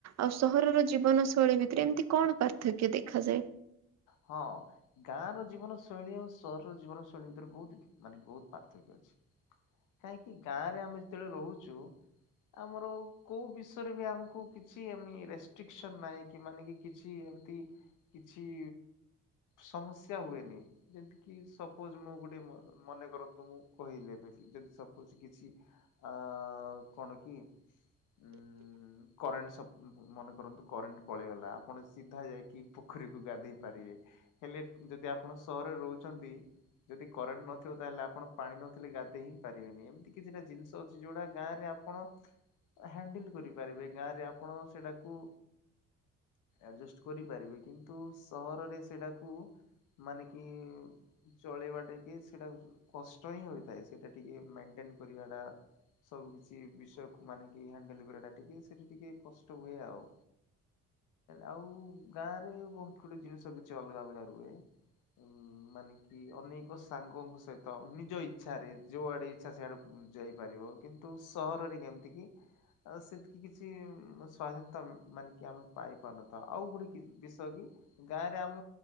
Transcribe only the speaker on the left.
ହଁ ଗାଁ ର ଜୀବନ ଶୈଳୀ ଆଉ ସହରର ଜୀବନ ଶୈଳୀ ଭିତରେ ବହୁତ ଡି ମାନେ ବହୁତ ପାର୍ଥକ୍ୟ କାହିଁକି ଗାଁରେ ଆମେ ଯେତେବେଳେ ରହୁଛୁ ଆମର କୋଉ ବିଷୟରେ ବି ଆମକୁ କିଛି ଏମି ରେଷ୍ଟ୍ରିକସନ ନାହିଁ କି ମାନେ କି କିଛି ଯେମତି କିଛି ସମସ୍ୟା ହୁଏନି। ଯେମତି କି ସପୋଜ ମୁଁ ଗୋଟେ ମନେ କରନ୍ତୁ ମୁଁ କହି ହେଲେ ବି ଯଦି ସପୋଜ କିଛି ଅ କଣ କି ଉଁ କରେଣ୍ଟ ସବ ମନେ କରନ୍ତୁ କରେଣ୍ଟ ପଳେଇଗଲା ଆପଣ ସିଧା ଯାଇକି ପୋଖରୀକୁ ଗାଧେଇ ପାରିବେ ହେଲେ ଯଦି ଆପଣ ସହରରେ ରହୁଛନ୍ତି ଯଦି କରେଣ୍ଟ ନଥିବ ତାହେଲେ ଆପଣ ପାଣି ନଥିଲେ ଗାଧେଇ ହିଁ ପାରିବେନି ଏମିତି କିଛିଟା ଜିନିଷ ଅଛି ଯୋଉଟା ଗାଁରେ ଆପଣ ହ୍ୟାଣ୍ଡଲ କରିପାରିବେ ଗାଁରେ ଆପଣ ସେଟାକୁ ଆଡଜଷ୍ଟ କରିପାରିବେ କିନ୍ତୁ ସହରରେ ସେଟାକୁ ମାନେ କି ଚଳେଇବା ଟିକେ ସେଇଟା କଷ୍ଟ ହିଁ ହୋଇଥାଏ ସେଇଟା ଟିକେ ମ ଏନ୍ କରିବାଟା ସବୁ କିଛି ବିଷୟକୁ ମାନେ କି ହଣ୍ଡେଲ କରିବା ଟା ଟିକେ ସେଠି ଟିକେ କଷ୍ଟ ହୁଏ ଆଉ। ଆଉ ଗାଁ ରେ ବହୁତ ଗୁଡେ ଜିନିଷ କିଛି ଅଲଗା ଅଲଗା ରୁହେ। ଉଁ ମାନେ କି ଅନେକ ସାଙ୍ଗଙ୍କ ସହିତ ନିଜ ଇଚ୍ଛା ରେ ଯୋଉଆଡେ ଇଚ୍ଛା ସେଇଆଡେ ଯାଇପାରିବ କିନ୍ତୁ ସହରରେ କେମିତି କି ଆଉ ସେତିକି କିଛି ସ୍ଵାଧୀନତା ମାନେ କି ଆମେ ପାଇ ପାରୁନଥାଉ ଆଉ ଗୋଟେ ବିଷୟ କି ଗାଁ ରେ ଆମ